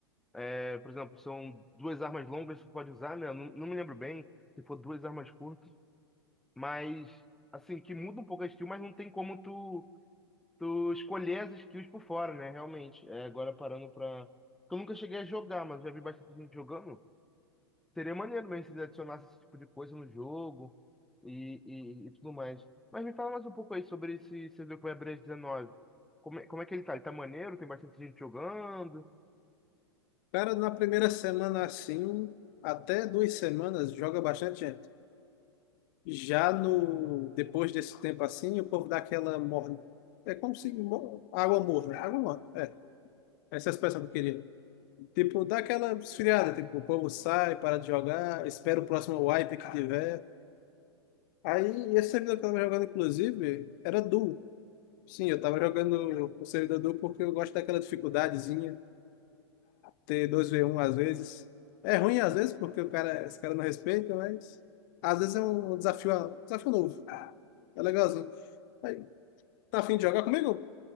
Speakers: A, in the centre; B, on the left (about 45°).
A: é, por exemplo, são duas armas longas que tu pode usar, né? Eu Não, não me lembro bem se for duas armas curtas, mas assim, que muda um pouco a skill, mas não tem como tu, tu escolher as skills por fora, né? Realmente. É, agora parando pra. Eu nunca cheguei a jogar, mas já vi bastante gente jogando. Seria maneiro mesmo se eles adicionassem esse tipo de coisa no jogo e, e, e tudo mais. Mas me fala mais um pouco aí sobre esse CBQ Web 19. Como é, como é que ele tá? Ele tá maneiro? Tem bastante gente jogando?
B: Cara, na primeira semana assim, um, até duas semanas, joga bastante gente. Já no depois desse tempo assim, o povo dá aquela morna. É como se mo- água morna, água morna. É, essa é a expressão que eu queria. Tipo, dá aquela esfriada, tipo, o povo sai, para de jogar, espera o próximo wipe que tiver. Aí, esse servidor que eu tava jogando, inclusive, era duo. Sim, eu tava jogando o servidor porque eu gosto daquela dificuldadezinha, ter dois v um às vezes. É ruim às vezes porque o cara, os caras não respeitam, mas às vezes é um desafio, um desafio novo. É legalzinho. Aí, tá afim de jogar comigo?